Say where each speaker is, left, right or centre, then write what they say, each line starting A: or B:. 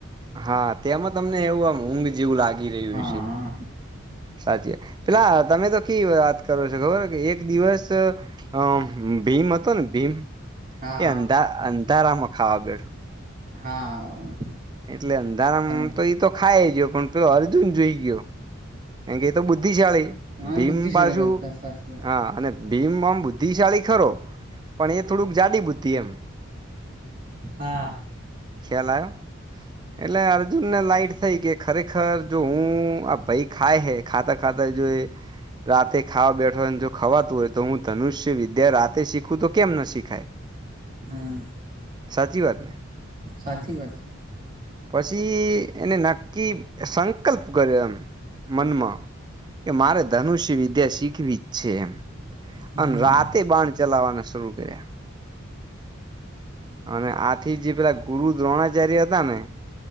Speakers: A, on the right; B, on the right.
A: હા તેમાં તમને એવું આમ ઊંઘ જેવું લાગી રહ્યું
B: હા
A: હશે. સાચી વાત પેલા તમે તો કેવી વાત કરો છો ખબર હે કે એક દિવસ હહ અમ ભીમ હતો ને ભીમ
B: હા
A: એ અંધા અંધારામાં ખાવા બેઠો.
B: હા
A: એટલે અંધારામાં
B: હા
A: તો એતો ખાય ગયો પણ પેલો અર્જુન જોઈ ગયો. કારણ કે એ તો બુદ્ધિશાળી
B: હા
A: ભીમ
B: બુદ્ધિશાળી
A: પાછું
B: બધા સાચી વાત
A: હા અને ભીમ આમ બુદ્ધિશાળી ખરો. પણ એ થોડુંક જાડી બુદ્ધિ એમ.
B: હા
A: ખ્યાલ આયો? એટલે અર્જુનને લાઈટ થઈ કે ખરેખર જો હું આ ભઈ ખાય હૈ ખાતા ખાતા જો એ રાતે ખાવા બેઠોને હોયને જો ખવાતું હોય તો હું ધનુષ્ય વિદ્યા રાતે શીખું તો કેમ ન શીખાય?
B: હમ
A: સાચી વાત ને?
B: સાચી વાત છે
A: પસી એને નક્કી સંકલ્પ કર્યો એમ. મનમાં. કે મારે ધનુષ્ય વિદ્યા શીખવી જ છે એમ.
B: હમ
A: અને રાત તે બાણ ચલાવાના શરૂ કર્યા. અને આથી જે પેલા ગુરુ દ્રોણાચાર્ય હતા ને.